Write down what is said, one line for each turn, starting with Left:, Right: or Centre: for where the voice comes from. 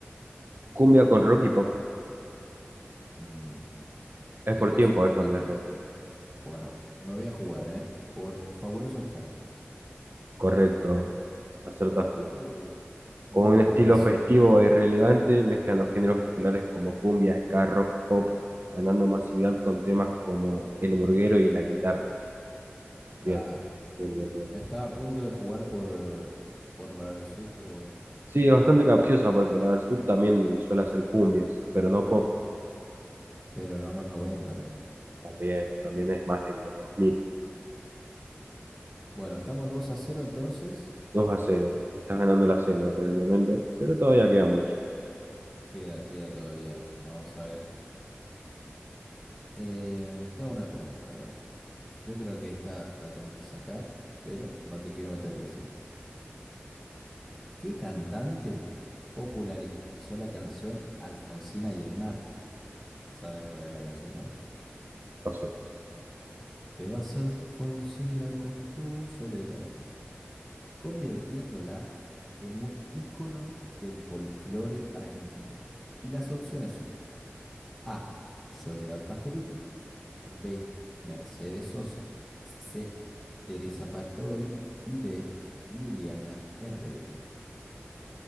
Right: Cumbia con rock y pop.
Centre: Mm,
Right: Es
Centre: y
Right: por
Centre: entonces,
Right: tiempo
Centre: ¿qué
Right: esto,
Centre: me
Right: Andrés.
Centre: queda? Bueno, me voy a jugar, ¿eh? Por Fabulosos Cadillacs.
Right: Correcto. Acertaste.
Centre: Uh,
Right: Con
Centre: no,
Right: un estilo
Centre: pero de suerte.
Right: festivo e irrelevante, mezclan los géneros populares como cumbia, ska, rock, pop, ganando masividad con temas como el burguero y la guitarra.
Centre: Claro.
Right: Bien, bien, bien, bien.
Centre: Me estaba a punto de jugar por, eh, por la Versuit, pero bueno.
Right: Sí, bastante capciosa porque la Versus también suele hacer cumbias, pero no pop.
Centre: Pero no los 90 también.
Right: También, también es más de los dos mil
Centre: Bueno, estamos 2 a cero entonces.
Right: dos a cero Estás ganando la cena
Centre: Y
Right: por el momento, pero todavía queda mucho.
Centre: queda, queda todavía. Vamos a ver. Eh, te hago una pregunta, a ver. Yo creo que esta la tenés que sacar, pero no te quiero meter presión. ¿Qué cantante popularizó la canción Alfonsina y el mar? ¿Sabes cuál es la canción, ¿no?
Right: No sé.
Centre: Te vas Alfonsina con tu soledad, esa, convirtiéndola en un ícono del folclore argentino. Y las opciones son A. Soledad Pastorutti, B. Mercedes Sosa, C. Teresa Parodi y D. Liliana Herrero.